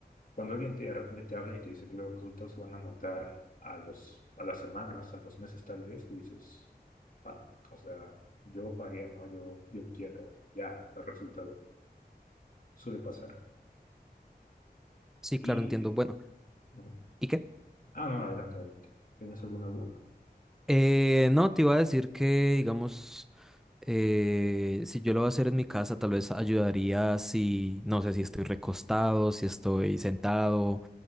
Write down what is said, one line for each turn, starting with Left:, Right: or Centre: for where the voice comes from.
Left: cuando alguien te, de repente te habla y te dice que los resultados se van a notar a los, a las semanas, a los meses tal vez, tú dices, "Ah, o sea, yo pagué, ¿no? Yo, yo quiero ya el resultado. Suele pasar.
Centre: Sí,
Left: Y,
Centre: claro, entiendo. Bueno,
Left: bueno.
Centre: ¿y qué?
Left: ah, no, adelante, adelante. ¿Tienes alguna duda?
Centre: Eh, no, te iba a decir que, digamos, eh, si yo lo voy a hacer en mi casa, tal vez ayudaría si, no sé, si estoy recostado, si estoy sentado